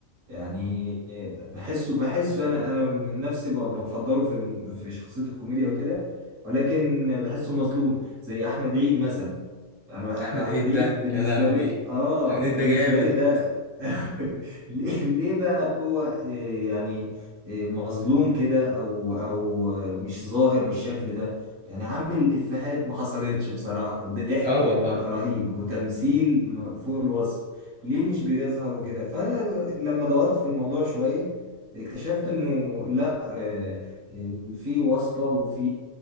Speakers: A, on the right; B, on the left.
A: يعني بحسه بحسه انا انا من نفسي ب- بفضله في في شخصيه الكوميديا وكده ولكن بحسه مظلوم زي احمد عيد مثلا يعني بح- احمد
B: احمد عيد
A: عيد
B: ده
A: بالنسبه
B: يا لهوي
A: لي اه
B: احمد
A: بالنسبه
B: عيد ده جامد
A: لي ده <laughs> ليه ليه بقى هو آه، يعني آه، مظلوم كده او او آه، مش ظاهر بالشكل ده يعني عامل افيهات ما حصلتش بصراحه وضحك
B: اه والله
A: م- رهيب وتمثيل ما- فوق الوصف ليه مش بيظهر وكده فانا لما دورت في الموضوع شويه اكتشفت انه لا آه، آه، في واسطه وفي